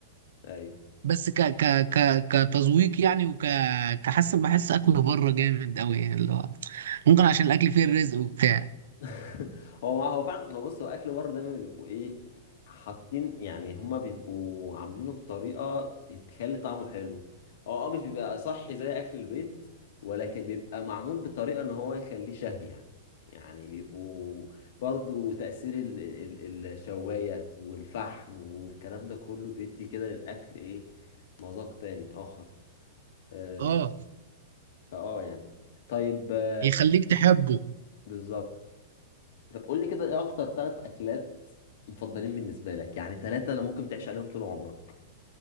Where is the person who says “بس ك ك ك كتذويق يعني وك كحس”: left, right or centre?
Right